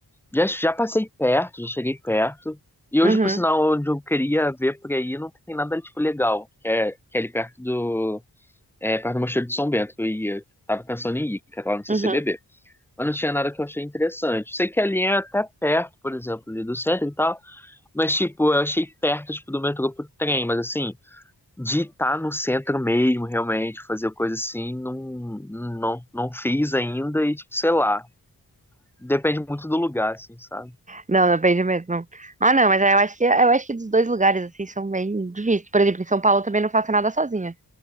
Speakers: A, in the centre; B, on the right (about 20°).
A: Já, já passei perto, já cheguei perto. E
B: Uhum,
A: hoje, por sinal, onde eu queria ver por aí, não tem nada, tipo, legal. Que é, que é ali perto do... É, perto do Mosteiro de São Bento, que eu ia. Tava pensando em ir, que era lá no CCBB.
B: uhum.
A: Mas não tinha nada que eu achei interessante. Sei que ali é até perto, por exemplo, ali do centro e tal. Mas, tipo, eu achei perto, tipo, do metrô pro trem. Mas, assim, de estar no centro mesmo, realmente, fazer coisa assim, não, não, não fiz ainda. E, tipo, sei lá. Depende muito do lugar, assim, sabe?
B: Não, depende mesmo. não. Ah, não, mas eu acho que, eu acho que dos dois lugares, assim, são bem difíceis. Por exemplo, em São Paulo eu também não faço nada sozinha.